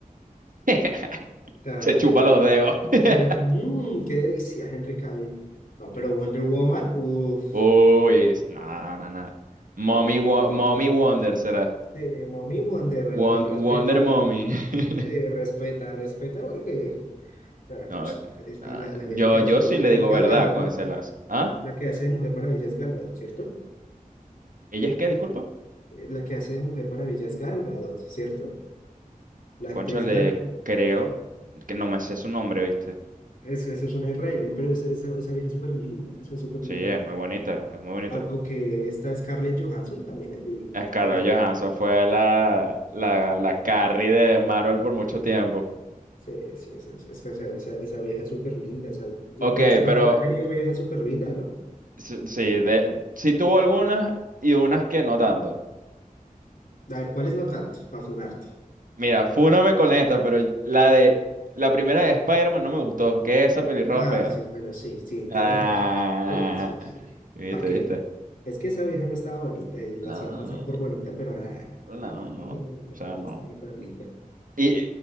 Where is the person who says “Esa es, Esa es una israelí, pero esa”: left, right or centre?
Left